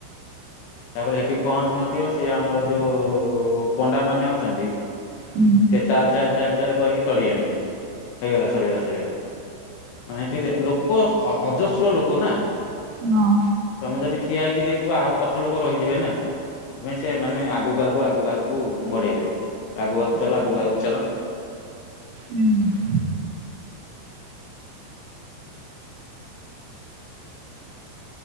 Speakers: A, on the left; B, on the right.
A: ତାପରେ ସେଠି ପହଞ୍ଚିିନଥିବ ସିଏ ଆମର ଯୋଉ ପଣ୍ଡା ମାନେ ଅଛନ୍ତି।
B: ହୁଁ।
A: ସିଏ ଚାଲ ଚାଲ ଚାଲ ଚାଲ କହିକି ତଡ଼ି ଆଣିବେ। ହେଇଗଲା ସରିଗଲା ସରିଗଲା। ମାନେ ସେଠି ଯେ ଲୋକ ସ-ଅ-ଅଜସ୍ର ଲୋକ ନା।
B: ହଁ।
A: ତୋମେ ଯଦି ଠିଆ ହେଇକି ଦେଖିବ ଆଉ ପଛ ଲୋକ ରହିଯିବେ ନା। ତୁମେ ସେ ମାନେ ଆଗକୁ ଆଗୁ ଆଗକୁ ଆଗୁ କୁ ଉଁ, ବଢେଇ ଦେବେ, ଆଗକୁ ଆଗକୁ ଚାଲ ଆଗକୁ ଆଗକୁ ଚାଲ।
B: ହୁଁ।